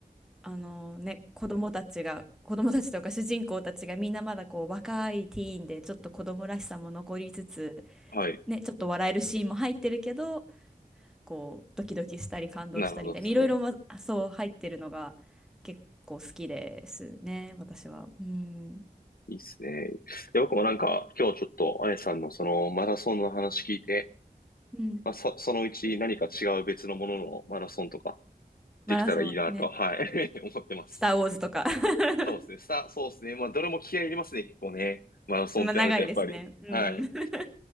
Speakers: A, in the centre; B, on the left.
A: あのね、子供たちが、子供たちとか主人公たちがみんなまだこう若いティーンで、ちょっと子供らしさも残りつつ、
B: はい。
A: ね、ちょっと笑えるシーンも入ってるけど、こう、ドキドキしたり感動したりみたいに、
B: なるほどですね。
A: いろいろ、ま、そう入ってるのが結構好きですね、私は。うん。
B: いいっすね。いや、僕もなんか、今日ちょっと、あやさんのそのマラソンの話聞いて、
A: うん。
B: まあ、そ、そのうち何か違う別のもののマラソンとか
A: マラソンね、
B: できたらいいなと、はい、<laughs> 思ってます。
A: スター・ウォーズとか <laughs>
B: そうですね。さ、そうですね。まあ、どれも気合い入れますね、結構ね。マラソンってなると、
A: まあ長いですね。
B: やっぱり。はい。
A: うん。<laughs>